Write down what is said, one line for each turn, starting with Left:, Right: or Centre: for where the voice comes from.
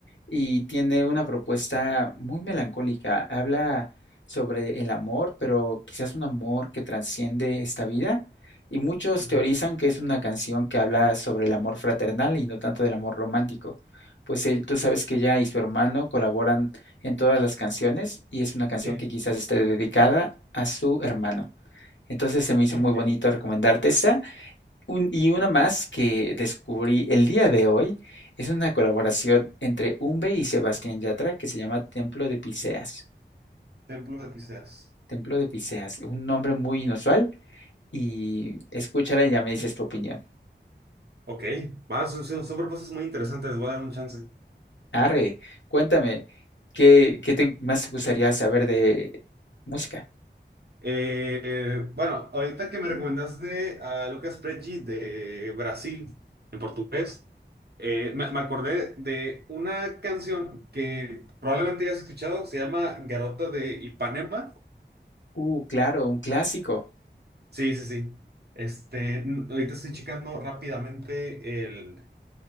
Left: y tiene una propuesta muy melancólica. Habla sobre el amor, pero quizás un amor que trasciende esta vida. Y muchos
Right: Ujú.
Left: teorizan que es una canción que habla sobre el amor fraternal y no tanto del amor romántico. Pues él- tú sabes que ella y su hermano colaboran en todas las canciones y es una canción
Right: Sí.
Left: que quizás esté dedicada a su hermano. Entonces se me hizo
Right: Ok.
Left: muy bonito recomendarte esta. Un- y una más que descubrí el día de hoy es una colaboración entre Umbe y Sebastián Yatra que se llama Templo de Piseas.
Right: Templo de Tiseas.
Left: Templo de Piseas, un nombre muy inusual y escúchala y ya me dices tu opinión.
Right: Ok. Va, son, son son propuestas muy interesantes. Les Voy a dar un chance.
Left: Arre, cuéntame, ¿qué, qué te más te gustaría saber de música?
Right: Eh, bueno, ahorita que me recomendaste a Lucas Preggi de Brasil, en portugués, eh, me, me acordé de una canción que probablemente ya has escuchado, se llama Garota de Ipanema.
Left: Uh, claro, un clásico.
Right: Sí, sí, sí. Este, n- ahorita estoy checando rápidamente el